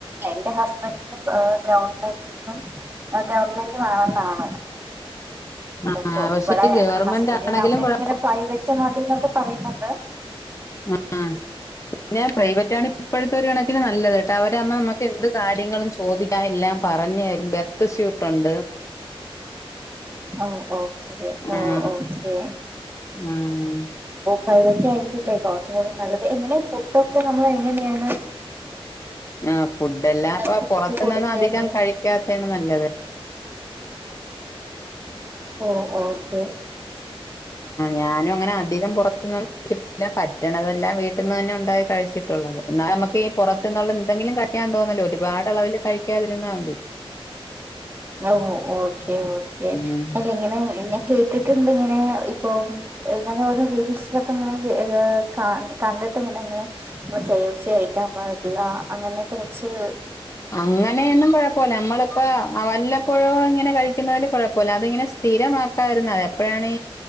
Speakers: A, on the right; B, on the left.
A: എന്റെ ഹസ്ബൻഡും ഗവൺമെന്റും ഗവണ്മെന്റും ആണെന്നാണ്
B: ആ
A: അപ്പൊ
B: പക്ഷെ
A: ഇവിടെ
B: ഗവൺമെന്റ്
A: ഹസ്ബൻറിന്റെ
B: ആണെങ്കിലും
A: അമ്മയൊക്കെ
B: കുഴ
A: ഇങ്ങനെ പ്രൈവറ്റ് മതിന്നൊക്കെ പറയുന്നുണ്ട്
B: ആ പിന്നെ പ്രൈവറ്റണ് ഇപ്പോഴത്തെര് കണക്കിന് നല്ലത് കേട്ടോ അവരവുമ്പോ നമുക്ക് എന്ത് കാര്യങ്ങളും ചോദിക്കാം എല്ലാം പറഞ്തരും ബർത്ത് സ്യൂട്ടുണ്ട്
A: ഓ ഓ അതെ ഓ
B: ആഹ്
A: ആ ഓക്കേ
B: ആഹ്
A: പ്രൈവറ്റ് ആയിരിക്കുംല്ലേ കുറച്ചും കൂടെ നല്ലത്, എങ്ങനെ ഫുഡ് ഒക്കെ നമ്മള് എങ്ങനെയാണ്?
B: ആ ഫുഡ് എല്ലാം ഇപ്പൊ
A: കുട്ടിക്ക്
B: പുറത്തുനിന്നും
A: കൊടുക്കാണ്
B: അധികം കഴിക്കാത്തെയാണ് നല്ലത്
A: ഓ ഓക്കെ
B: ഞാനും അങ്ങനെ ആഹ് അധികം പൊറത്ത്ന്ന് <unintelligible> പറ്റണതെല്ലാം വീട്ടിന്ന് തന്നെ ഉണ്ടായി കഴിച്ചിട്ടുള്ളത്. എന്നാ നമുക്ക് ഈ പുറത്ത്ന്നൊള്ള എന്തെങ്കിലും കഴിക്കാൻ തോന്നില്ലേ ഒരുപാട് അളവില് കഴിക് ഴിക്കാതിരുന്നാതി
A: ന്നാ ഓക്കെ ഓക്കെ
B: ഉം
A: അല്ല ഇങ്ങനെ ഞ കേട്ടിട്ട്ണ്ട് ഇങ്ങനെ, ഇപ്പൊ ഇങ്ങനെ ഓരോ റീൽസിലൊക്കെ ഇങ്ങനെ ഏഹ് ക കണ്ടിട്ട് ഇങ്ങനെ ഇങ്ങനെ കെ എഫ് സി കഴിക്കാൻ പാടില്ല അങ്ങനെയൊക്കെ കൊറച്ച്
B: അങ്ങനെയൊന്നും കൊഴപ്പല്ല നമ്മളിപ്പോ വെല്ല ക്കൊയോ ഇങ്ങനെ കഴിക്കുന്നതില് കുഴപ്പല്ല അതിങ്ങനെ സ്ഥിരമാക്കാതിരുന്നാ മതി അപ്പയാണി